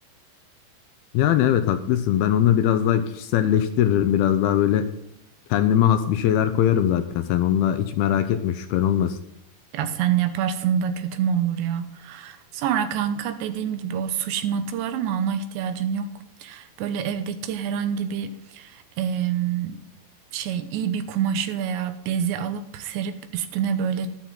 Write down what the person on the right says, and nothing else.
Ya sen yaparsın da kötü mü olur ya? Sonra kanka dediğim gibi o sushi matı var ama ona ihtiyacın yok. Böyle evdeki herhangi bir em, şey iyi bir kumaşı veya bezi alıp serip üstüne böyle